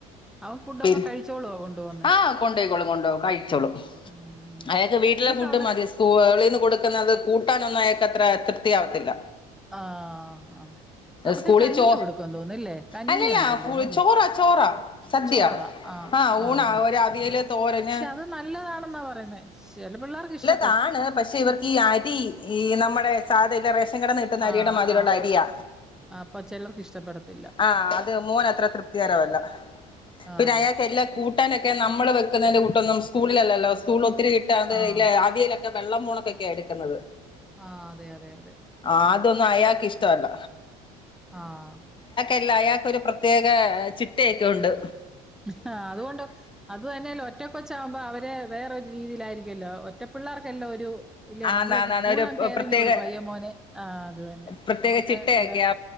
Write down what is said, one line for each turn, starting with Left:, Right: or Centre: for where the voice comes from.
Centre: അവൻ ഫുഡൊക്കെ
Left: പി
Centre: കഴിച്ചോളുവോ കൊണ്ടുവന്ന്
Left: ആഹ്‌ കൊണ്ടോയിക്കോളും കൊണ്ടുപോകും കഴിച്ചോളും
Centre: ഉം
Left: അയാൾക്ക് വീട്ടിലെ
Centre: നിങ്ങക്ക്
Left: ഫുഡ്
Centre: അവിടെ
Left: മതി സ് <unintelligible> ളീന്ന് കൊടുക്കുന്നത് കൂ കിട്ടാനൊന്നും അയാക്കത്ര തൃപ്തി ആവത്തില്ല
Centre: ആഹ് ആ അവർക്ക്
Left: സ്കൂളിൽ
Centre: കഞ്ഞി
Left: ചോ
Centre: കൊടുക്കുംന്ന് തോന്നുവല്ലേ കഞ്ഞി
Left: അല്ലല്ല
Centre: ഒണ്ട് തോന്നുവല്ലേ
Left: ചോറ ചോറ സദ്യ
Centre: ചോറ ആഹ് ആഹ്
Left: ഊണാ
Centre: ആഹ്
Left: ഒരവിയല് തോരന്
Centre: പക്ഷെ അത് നല്ലതാണെന്നാ പറയുന്നേ ചില പിള്ളേർക്ക് ഇഷ്ട
Left: താണ് പക്ഷെ ഇവർക്ക് ഈ അരി ഈ നമ്മുടെ സാധല്ലെ റേഷൻ കടേന്ന് കിട്ടുന്ന
Centre: ആഹ്
Left: അരിടെ മാതിരുള്ള
Centre: ആഹ്
Left: അരിയാ
Centre: അപ്പൊ ചിലർക്ക് ഇഷ്ടപ്പെടത്തില്ല
Left: ആ അത് മോനത്ര തൃപ്തികരല്ല
Centre: ആഹ്
Left: പിന്നെ അയാൾക്ക് എല്ലാം കൂട്ടാനൊക്കെ നമ്മള് വെക്കുന്നതിന്റെ കൂട്ടൊന്നും സ്കൂളിലല്ലല്ലോ സ്കൂള കിട്ടാത്ത
Centre: ആഹ്
Left: ഇല്ലേ അവിയലൊ വെള്ള മുളകൊക്കെ എടുക്കുന്നത്
Centre: ആഹ് അതെ അതെ അതെ
Left: ആഹ് അതൊന്നും അയാക്ക് ഇഷ്ടമല്ല
Centre: ആഹ്
Left: എല്ല അയാക്കൊരു പ്രത്യേകാ ചിട്ടേക്ക ഒണ്ട്
Centre: ഇഹ്ആ അതുകൊണ്ട് അത് തന്നെല്ല ഒറ്റ കൊച്ചാവ്മ്പോ അവര് വേറൊരു രീതിയിലായിരിക്കുമല്ലോ മറ്റേ പിള്ളേർക്കെല്ലോ ഒരു ഇല്ലേ
Left: ആന്നാന്നാന്ന്
Centre: നമ്മള് കൂടുാം
Left: ഒരു
Centre: കയറങ്ങി
Left: പ്രത്യേക
Centre: കൊടുക്കും അയ്യമോന് ആ അത് തന്നെ
Left: പ്രത്യേക
Centre: അവർക്ക്
Left: ചിട്ടയൊക്കെയാ
Centre: എല്ലാം